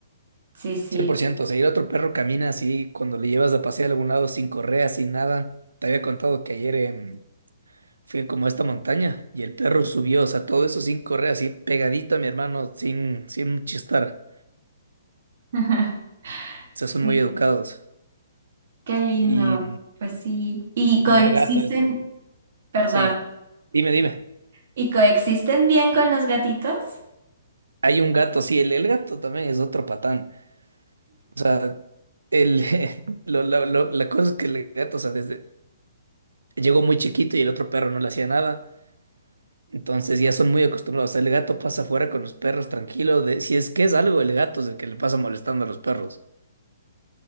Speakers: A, on the right (about 55°); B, on the right (about 75°).
A: Sí, sí.
B: cien por ciento, o sea, y el otro perro camina así cuando le llevas a pasear a algún lado sin correa, sin nada. Te había contado que ayer em, fui como a esta montaña y el perro subió, o sea, todo eso sin correa, así pegadito a mi hermano, sin, sin chistar.
A: <laughs>
B: O sea, son
A: Sí.
B: muy educados.
A: Qué lindo.
B: Y,
A: Pues sí. ¿Y coexisten?
B: y el gato este,
A: Perdón.
B: sí. Dime, dime.
A: ¿Y coexisten bien con los gatitos?
B: Hay un gato, sí, el, el gato también es otro patán. O sea, el, <laughs> lo- lo- lo- la cosa es que el gato, o sea, desde, llegó muy chiquito y el otro perro no le hacía nada. Entonces ya son muy acostumbrados. el gato pasa afuera con los perros tranquilo. De, si es que es algo, el gato es el que le pasa molestando a los perros.